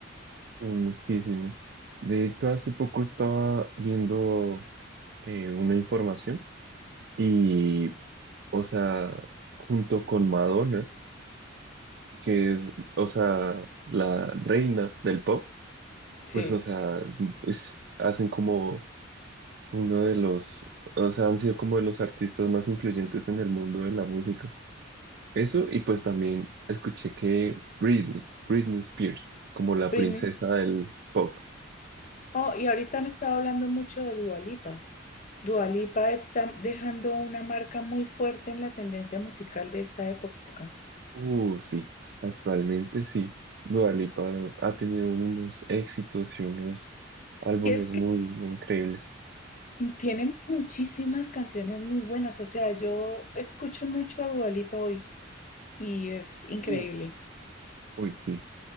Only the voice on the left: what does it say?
sí.
Britney.
Oh, y ahorita han estado hablando mucho de Dua Lipa. Dua Lipa está dejando una marca muy fuerte en la tendencia musical de esta época.
Y es que
tiene muchísimas canciones muy buenas, o sea, yo escucho mucho a Dua Lipa hoy y es increíble.